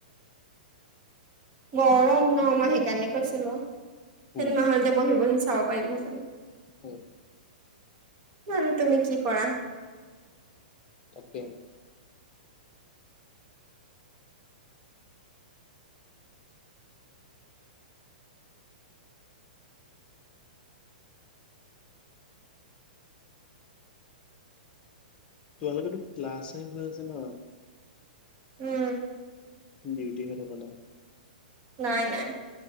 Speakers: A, on the right; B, on the left.
A: গৰম ন মই সেইকাৰণে কৈছিলোঁ। চিনেমা
B: উম
A: হলতে বহি বহি চাব পাৰিলোঁ হেতেন।
B: হম।
A: বাৰু তুমি কি কৰা?
B: তাকে। তোমালোকেটো ক্লাচেই হৈ আছে ন?
A: উম।
B: ডিউটি হৈ থকা নাই?
A: নাই, নাই।